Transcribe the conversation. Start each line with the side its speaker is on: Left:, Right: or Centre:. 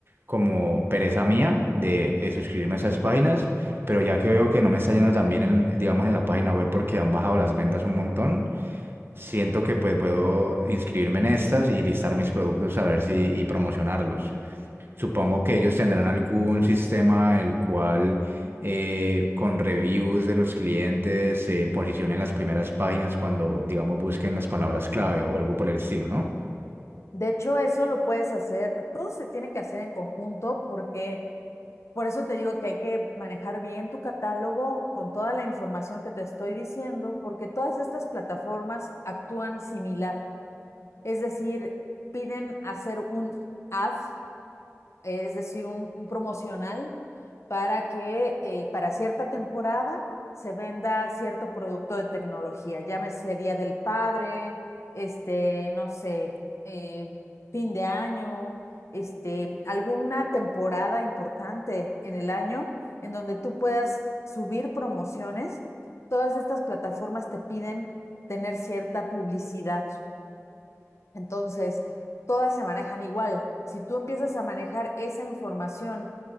Right: como pereza mía de eh, suscribirme a esas páginas, pero ya que veo que no me está yendo tan bien en, digamos, en la página web porque han bajado las ventas un montón, siento que pues puedo inscribirme en estas y listar mis productos a ver si y promocionarlos. Supongo que ellos tendrán algún sistema en el cual eh, con reviews de los clientes se posicionen las primeras páginas cuando, digamos, busquen las palabras clave o algo por el estilo, ¿no?
Left: De hecho, eso lo puedes hacer, todo se tiene que hacer en conjunto porque por eso te digo que hay que manejar bien tu catálogo con toda la información que te estoy diciendo, porque todas estas plataformas actúan similar. Es decir, piden hacer un ad es decir, un, un promocional para que eh, para cierta temporada se venda cierto producto de tecnología, llámese Día del Padre, este, no sé, eh, fin de año, este, alguna temporada importante en el año en donde tú puedas subir promociones. Todas estas plataformas te piden tener cierta publicidad. Entonces, todas se manejan igual. Si tú empiezas a manejar esa información